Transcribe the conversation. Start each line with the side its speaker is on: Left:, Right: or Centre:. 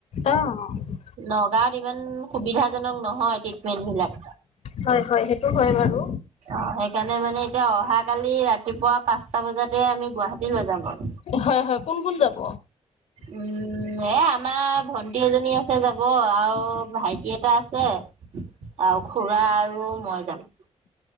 Left: অহ
Right: নগাঁওত ইমান সুবিধাজনক নহয় ট্ৰিটমেন্ট বিলাক।
Left: হয় হয় সেইটো হয় বাৰু।
Right: অহ সেইকাৰণে মানে এতিয়া অহা কালি ৰাতিপুৱা পাঁচটা বজাতে আমি গুৱাহাটী লৈ যাম ক
Left: হয় হয় কোন কোন যাব?
Right: উম এ আমাৰ ভন্টি এজনী আছে যাব আও অ‌ ভাইটি এটা আছে আৰু খুড়া আৰু মই যাম